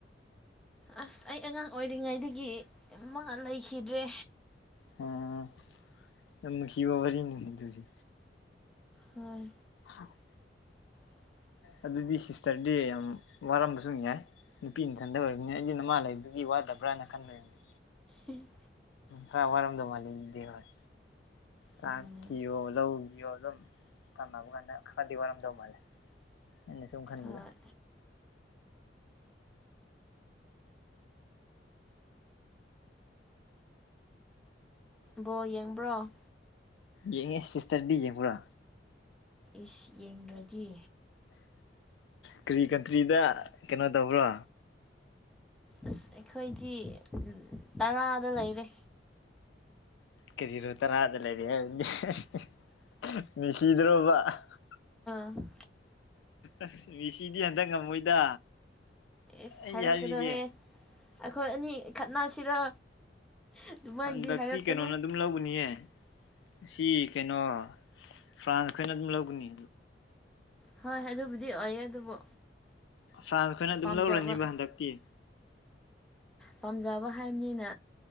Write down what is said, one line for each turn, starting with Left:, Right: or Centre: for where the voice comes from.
Centre: ꯑꯥꯁ ꯑꯩ ꯑꯉꯥꯡ ꯑꯣꯏꯔꯤꯉꯩꯗꯒꯤ ꯃꯥ ꯂꯩꯈꯤꯗ꯭ꯔꯦ
Left: ꯑꯣꯑꯣ ꯌꯥꯝ ꯅꯨꯡꯁꯤꯕ ꯋꯥꯔꯤꯅꯤ ꯑꯗꯨꯗꯤ
Centre: ꯍꯣꯏ
Left: INAUDIBLE
Centre: INAUDIBLE
Left: ꯑꯗꯨꯗꯤ ꯁꯤꯁꯇꯔꯗꯤ ꯌꯥꯝ ꯋꯥꯔꯝꯕꯁꯨ ꯌꯥꯏ ꯅꯨꯄꯤꯅꯊꯟꯗ ꯑꯣꯏꯔꯝꯅꯤꯅ ꯑꯩꯗꯤ ꯅꯃꯥ ꯂꯩꯕꯒꯤ ꯋꯥꯗ ꯕ꯭ꯔꯥꯅ ꯈꯟꯕꯅꯤꯗ
Centre: INAUDIBLE
Left: ꯈꯔ ꯋꯥꯔꯝꯗꯧ ꯃꯥꯜꯂꯤꯅꯦ ꯑꯗꯨꯗꯤ ꯍꯣꯢ ꯆꯥꯛ
Centre: ꯎꯝ
Left: ꯀꯤꯑꯣ ꯂꯧ ꯗꯤꯑꯣ ꯑꯗꯨ ꯅꯕꯀꯥꯟꯗ ꯈꯔꯗꯤ ꯋꯥꯔꯝꯗꯧ ꯃꯥꯜꯂꯦ ꯑꯩꯅ ꯁꯨꯝ ꯈꯟꯕꯗ
Centre: ꯍꯣꯏ ꯕꯣꯜ ꯌꯦꯡꯕ꯭ꯔꯣ
Left: ꯌꯦꯡꯉꯤ ꯁꯤꯁꯇꯔꯗꯤ ꯌꯦꯡꯕ꯭ꯔꯥ
Centre: ꯏꯁ ꯌꯦꯡꯗ꯭ꯔꯗꯤ
Left: ꯀꯔꯤ ꯀꯟꯇ꯭ꯔꯤꯗ ꯀꯩꯅꯣ ꯇꯧꯕ꯭ꯔꯣ
Centre: ꯏꯁ ꯑꯩꯈꯣꯏꯗꯤ ꯇꯔꯥꯗ ꯂꯩꯔꯦ
Left: ꯀꯦꯖꯤꯗ ꯇꯔꯥꯗ ꯂꯩꯔꯛꯑꯦ ꯍꯥꯌꯖꯤꯅꯦ ꯍꯤ ꯍꯤ ꯃꯦꯁꯤꯗꯔꯣꯕ ꯍꯥ ꯍꯥ
Centre: INAUDIBLE
Left: ꯑꯥꯁ ꯃꯦꯁꯤꯗꯤ ꯍꯟꯗꯛ ꯉꯝꯃꯣꯏꯗ
Centre: ꯑꯦꯁ
Left: ꯑꯩ
Centre: ꯍꯥꯏꯔꯛꯀꯅꯣꯍꯦ
Left: ꯍꯥꯏꯕꯤꯒꯦ
Centre: ꯑꯩꯈꯣꯏ ꯑꯅꯤ ꯈꯠꯅꯁꯤꯔꯣ ꯑꯗꯨꯃꯥꯏꯅꯗꯤ
Left: ꯍꯟꯗꯛꯇꯤ
Centre: ꯍꯥꯏꯔꯛꯀꯅꯨ
Left: ꯀꯩꯅꯣꯅ ꯑꯗꯨꯝ ꯂꯧꯒꯅꯤꯌꯦ ꯁꯤ ꯀꯩꯅꯣ ꯐ꯭ꯔꯥꯟꯁ ꯈꯣꯏꯅ ꯑꯗꯨꯝ ꯂꯧꯒꯅꯤ
Centre: ꯍꯣꯏ ꯑꯗꯨꯕꯨꯗꯤ ꯑꯣꯏꯌꯦ ꯑꯗꯨꯕꯨ
Left: ꯐ꯭ꯔꯥꯟꯁ ꯈꯣꯏꯅ ꯑꯗꯨꯝ
Centre: ꯄꯥꯝꯖꯕ
Left: ꯂꯧꯔꯅꯤꯕ ꯍꯟꯗꯛꯇꯤ
Centre: ꯄꯥꯝꯖꯕ ꯍꯥꯏꯕꯅꯤꯅ